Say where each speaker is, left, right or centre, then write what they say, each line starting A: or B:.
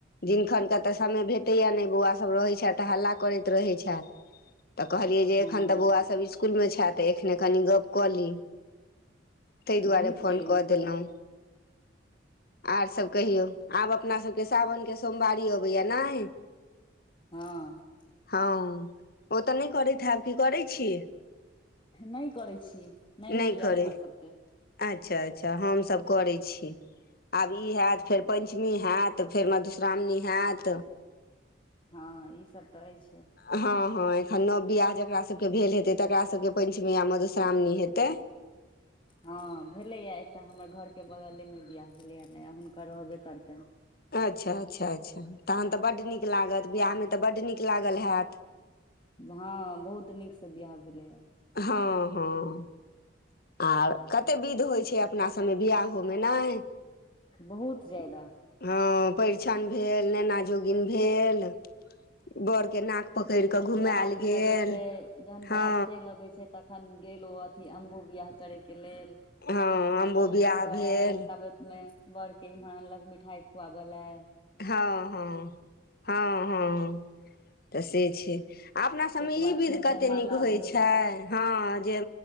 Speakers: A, on the left; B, on the left.
A: दिनखनके तऽ समय भेटैए नहि बौआसभ रहैत छथि तऽ हल्ला करैत रहै छथि तऽ कहलियै जे
B: हँ
A: एखन तऽ बौआसभ स्कूलमे छैथ तऽ एखने कनि गप्प कऽ ली ताहि दुआरे
B: नीक
A: फोन
B: केलहुँ
A: कऽ देलहुँ और सभ कहियौ आब अपनासभके साावनके सोमवारी अबैय यऽ नै
B: हँ
A: हँ ओ तऽ नहि करैत हेब की करै छी
B: नहि करै छी
A: नहि
B: होइए
A: करै
B: हमर सबके
A: अच्छा अच्छा हमसभ करै छी आब ई होयत फेर पञ्चमी होयत फेर मधुश्रावणी होयत
B: हँ ई सब तऽ अछि
A: हँ हँ एखन नव बियाह जकास सभके भेल हेतै तकास सभके पञ्चमी आ मधुश्रावणी हेतै
B: हँ भेलैए एकटा हमर घरके बगलेमे बियाह भेलैए नया हुनका रहबे करतैन
A: अच्छा अच्छा अच्छा तहन तऽ बड्ड नीक लागत बिआहमे तऽ बड्ड नीक लागल हैत
B: हँ बहुत नीकसँ बियाह भेलैए
A: हँ हँ आर कते विध होइ छै अपना सभमे बियाहोमे नाय
B: बहुत ज्यदा
A: हँ परिछन भेल नेना जोगिन भेल बर के नाक पकड़ि कऽ घुमायल
B: बराती
A: गेल
B: अबै छै जहन
A: हँ
B: बरात चैल अबै छै त अखन गेल ओ अथी अम्बु बियाह करे केऽ लेल
A: हँ अम्बो
B: ओ
A: बियाह
B: कऽ कऽ
A: भेल
B: आयल तब मे बड़ के इम्हर अनलक मिठाइ खुआबऽ लए
A: हँ हँ हँ हँ तऽ से छै आ अपना सभमे
B: ताहिके
A: ई
B: बाद
A: विध
B: फेर
A: कते
B: जयमाला
A: नीक होइत
B: भेल
A: छै हँ जे